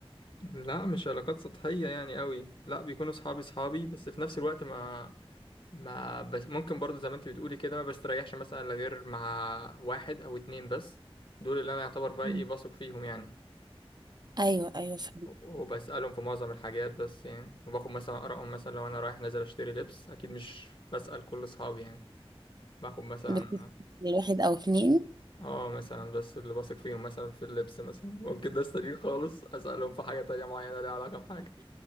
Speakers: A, on the left; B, on the right.
A: لا مش علاقات سطحية يعني قوي لا بيكونوا صحابي صحابي بس في نفس الوقت ما ما بس ممكن برضو زي ما انت بتقولي كده ما بستريحش مثلا الا غير مع واحد او اتنين بس دول اللي انا يعتبر بقى
B: مم.
A: ايه بثق فيهم يعني
B: ايوه ايوه فهمت
A: وب- وبسألهم في معظم الحاجات بس يعني وباخد مثلا آرائهم مثلا لو انا رايح نازل اشتري لبس اكيد مش بسأل كل اصحابي يعني باخد مثلا
B: بتبقى واحد او اتنين
A: اه مثلا بس اللي بثق فيهم مثلا في اللبس مثلا ممكن ده استدين خالص اسألهم في حاجة تانية معينة ليها علاقة بحاجة